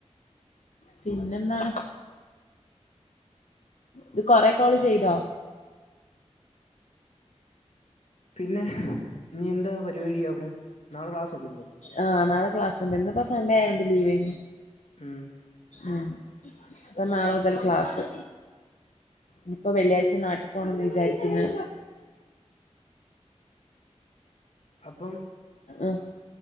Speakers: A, on the left; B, on the left.
A: പിന്നെന്താണ് ഇത് കുറെ കോള് ചെയ്തൊ
B: പിന്നെ ഇനി എന്താ പരിപാടി അവിടെ നാളെ ക്ലാസ് ഉണ്ടോ
A: ആഹ് നാളെ ക്ലാസ്ണ്ട് ഇന്ന് ഇപ്പൊ സൺേ ആയതോണ്ട് ലീവ്
B: ഉം
A: ഉം അപ്പൊ നാളെ മുതൽ ക്ലാസ് ഇ ഇപ്പോ വെള്ളിയാഴ്ച നാട്ടിൽ പോണം എന്ന് വിചാരിക്കുന്നു
B: അപ്പം
A: ആഹ <unintelligible>